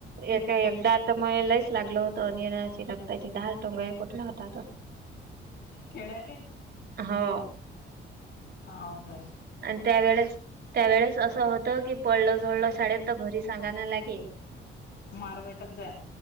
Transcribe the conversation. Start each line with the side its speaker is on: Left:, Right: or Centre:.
Right: एक एकदा तर मये लईस लागलं होतं निराची रक्ताची धार टोंगे फूटला होता. तर
Left: खेडाले
Right: हो
Left: हाव काय!
Right: आन त्या वेळेस त्या वेळेस असं होतं! की पळलं, झळलं शाळेत तर घरी सांगायला नाय लागे
Left: मारभेटच जाय